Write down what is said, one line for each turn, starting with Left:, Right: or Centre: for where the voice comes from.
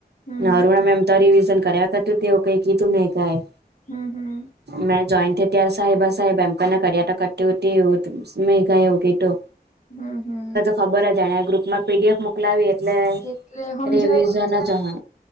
Left: હમ હમ
Right: ને અરુણા મેમ તો રિવિઝન કર્યા કરતી કઈ કીધું ની કાય
Left: હમ્મ હમ્મ.
Right: મે જોઈન્ટ થઈ ત્યારે સાહેબા સાહેબ એમને કરિયા તો કરતી એવું મેઘા એવું કેય ટો
Left: હમ્મ હમ્મ.
Right: ખબર જ જાણેયા ગ્રુપમાં પી ડી એફ મુક લાવી એટલે
Left: એટલે હમજાત
Right: રિવિઝન જ ઓહે